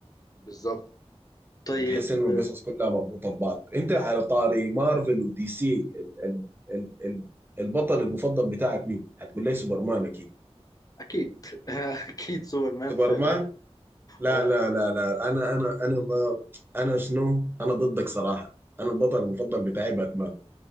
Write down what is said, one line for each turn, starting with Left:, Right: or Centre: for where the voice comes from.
Left: بالظبط طيب
Right: بتحس انه
Left: آه،
Right: القصص كلها مربوطه ببعض انت على طاري مارفل ودي سي ال ال ال ال البطل المفضل بتاعك مين؟ هتقول لي سوبرمان اكيد
Left: اكيد <laughs> اكيد سوبرمان
Right: سوبرمان
Left: في
Right: لا
Left: اه
Right: لا لا لا
Left: آه،
Right: انا انا انا ما انا شنو؟ انا ضدك صراحه انا البطل المفضل بتاعي باتمان